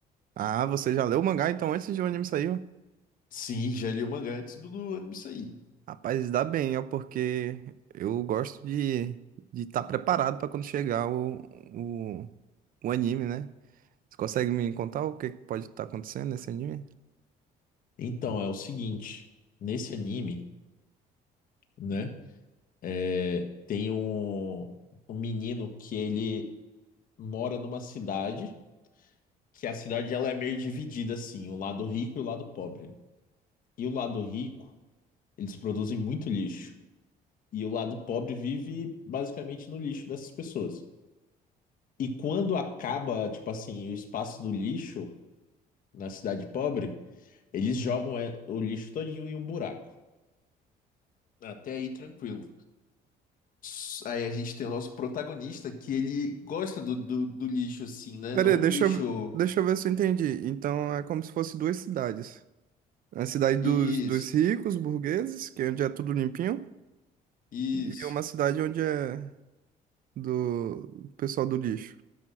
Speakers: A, on the right; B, on the left.
A: Ah, você já leu o mangá então antes de o anime sair?
B: Sim, já li o mangá antes do, do anime sair.
A: Rapaz, dá bem, ó, porque eu gosto de de estar preparado para quando chegar o, o, o anime, né? Você consegue me contar o que que pode estar acontecendo nesse anime?
B: Então, é o seguinte: nesse anime, né, é, tem um, um menino que ele mora numa cidade, que a cidade ela é meio dividida assim, o lado rico e o lado pobre. né? E o lado rico, eles produzem muito lixo. E o lado pobre vive basicamente no lixo dessas pessoas. E quando acaba, tipo assim, o espaço do lixo na cidade pobre, eles jogam é, o lixo todinho em um buraco. Até aí, tranquilo. S- Aí a gente tem o nosso protagonista que ele gosta do, do, do lixo assim, né?
A: Pera
B: Não
A: aí, deixa
B: um lixo.
A: eu, deixa eu ver se eu entendi. Então é como se fosse duas cidades. É A cidade dos,
B: Isso,
A: dos ricos, burgueses, que é onde é tudo limpinho,
B: isso.
A: e uma cidade onde é do pessoal do lixo.